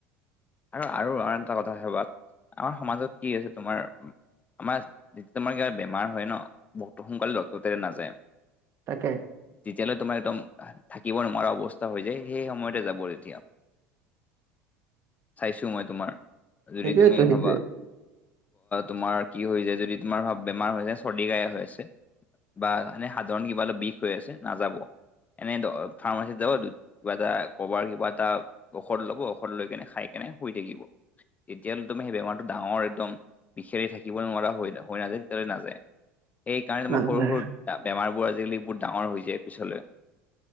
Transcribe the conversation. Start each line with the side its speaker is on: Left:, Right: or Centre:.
Left: আৰু আৰু আন এটা কথা <unintelligible> আমাৰ সমাজত কি আছে তোমাৰ আমাৰ, ইস্থমাকেইটাত বেমাৰ হয় ন' বহুতো সোনকালে <unintelligible> নাযায়।
Right: তাকে।
Left: তেতিয়ালৈ তোমাৰ একদম থাকিব নোৱাৰা অৱস্থা হৈ যায় সেই সময়তে যাব এতিয়া। চাইছো মই তোমাৰ, যদি
Right: সেইটোয়েতো
Left: তুমি
Right: সেইটোয়ে
Left: ভাবা। তোমাৰ কি হৈ যায় যদি তোমাৰ বেমাৰ হৈ যায় চৰ্দি কাহে হৈ আছে। বা এনে সাধাৰণ কিবা অলপ বিষ হৈ আছে নাযাব। এনে ফাৰ্মাচীত যাব, কিবা এটা কবাৰ কিবা এটা, ঔষধ ল'ব ঔষধ লৈ কেনে খাই এনে শুই থাকিব, তেতিয়া হলে তোমাৰ সেই বেমাৰটো ডাঙৰ একদম বিষেৰে থাকিব নোৱাৰা হয় হৈ নাযায় তেতিয়াহলে নাযায়। সেইকাৰণে তোমাৰ
Right: নাযায়
Left: সৰু সৰু, বেমাৰবোৰ আজিকালি বহুত ডাঙৰ হৈ যায় পিছলৈ।